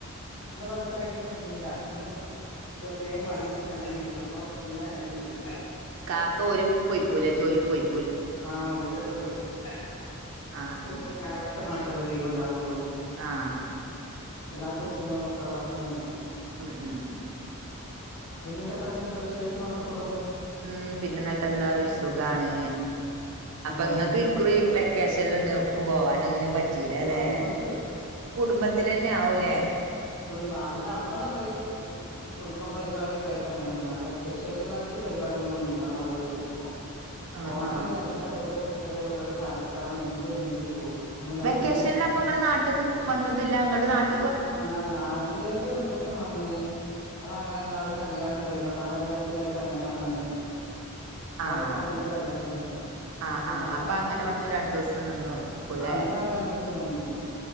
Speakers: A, on the left; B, on the right.
A: ഇന്ന് പക്ഷെ അതിന് നിന്നീല്ല ഇന്ന് വെറുതെ മടി പിടിച്ച് അങ്ങനെ ഇരുന്നപ്പോ എല്ലാം നേരം വൈകിപ്പോയി
B: കാക്ക ഓര് പോയിക്കൂല്ല ജോലിക്ക് പോയി
A: ആഹ് ഓരൊക്കെ പോയിക്കണ്
B: ആഹ്
A: ഓല്
B: ഉം
A: പിന്നെ ഞായറാഴ്ച മാത്രമല്ലേ ലീവ് ഉണ്ടാവുള്ളൂ.
B: ആഹ്
A: അല്ലാത്ത ദിവസങ്ങളിലൊക്കെ വർക്കുണ്ട്
B: ഉം ഉം
A: പിന്നെ എന്തൊക്കെ അങ്ങോട്ടൊക്കെ വിശേഷങ്ങളൊക്കെ സുഖ
B: ഉം പിന്നന്നിട്ടെന്താ വി സുഖാണ് അപ്പൊ
A: ആഹ്
B: നിങ്ങക്ക് ഇക്കുറി വെക്കേഷനിലൊന്നും എവിടേക്കും പോവാനൊന്നിനും പ റ്റീലല്ലേ
A: അമ്മക്ക്
B: കുടുംബത്തിലെന്നെ ആവൂലെ
A: കുടുംബം അവിടെ നമ്മള് അവിടെ കുടുംബം പരിപാടിയൊക്കെ ആയിട്ട് അങ്ങനൊന്നുമല്ല നല്ല സ്പെഷ്യലുകളായിട്ട് പരിപാടി കളൊന്നും ഉണ്ടാവാനുള്ളത് കിട്ടിയില്ല
B: ആഹ്
A: പോകണോന്ന്
B: ആഹ്
A: വിചാരിച്ച പല പല പരിപാടി ഓരോരോ കാരണത്താൽ നീണ്ടു നീണ്ടു പോയി ഒന്നും നടന്നീല്ല
B: വെക്കേഷനിൽ അപ്പം ഇങ്ങള് നാട്ടക്ക് വന്നതില്ല ഇങ്ങട്ട് നാട്ട
A: ആഹ് നാട്ടിലേക്ക് രണ്ടു ദിവസം വന്ന് അത് അങ്ങനെ നിന്ന് അവിടെ ഒരു കല്യാണം ഇണ്ടായിരുന്നു അപ്പൊ ആ കല്യാണത്തിന് പോയിട്ട് അങ്ങനെ അന്ന് അവിടെ
B: ആഹ്
A: ഒരു കസിന്റെ കല്യാണം ഉണ്ടായിരുന്നു
B: ആഹ്
A: അപ്പം പിന്നെ
B: ആഹ്
A: അവിടെ
B: അപ്പൊ
A: അങ്ങനെ പോയിട്ട്
B: വന്നു രണ്ടൂസം നിന്നുക്കൂല്ലേ
A: അന്ന് അങ്ങനെ രണ്ടുസം നിന്നു പോന്ന്